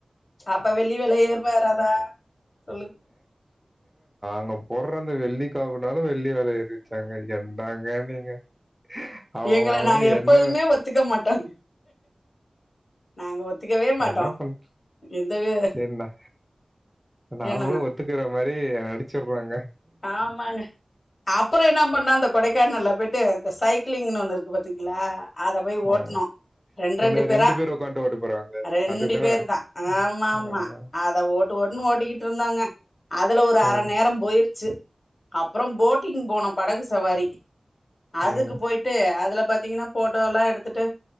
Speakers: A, on the left; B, in the centre.
A: அப்ப வெள்ளி வெல ஏறுமுமா ஏறாதா சொல்லு
B: ங்க போற அந்த வெள்ளி காப் ன்னால வெள்ளி வெல ஏறிச்சாங்க என்டாங்க நீங்க அவன்
A: எங்கள
B: அவன்
A: நாங்க எப்போதுமே
B: என்ன
A: ஒத்துக்க மாட்டோங் நாங்க ஒத்துக்கவே மாட்டோ
B: என்ன பண்
A: எந்த வி
B: சரிண்ணா நாங்களும்
A: என்னா
B: ஒத்துக்கிற மாரி நடிச்சிடுறோங்க.
A: ஆமாங்க அப்புறோ என்ன பண்ணா அந்த கொடைக் க்கானல்லா போயிட்டு இந்த சைக்களிங்னு ஒன்னு இருக்கு பாத்தீங்களா அத போய் ஓட்னோ
B: ம்.
A: ரெண்டு
B: என்ன
A: ரெண்டு பேரா
B: பேர் உட்காந்துட்டு ஓட்டு போறாங்க.
A: ரெண்டு
B: அதுதானே?
A: பேருதா ஆமாமா
B: ஆ.
A: அத ஓட்டு ஓட்டுனு ஓட்டுக்கிட்டுரு ன்தோங்க அதுல ஒரு அர
B: ம்.
A: நேர போய்ரு ச்சி அப்புறோ போட்டிங் போனோ படகு சவாரி அதுக்கு
B: ம்.
A: போய்ட்டு அதுல பாத்தீங்கனா ஃபோட்டோலா எடுத்துட்டு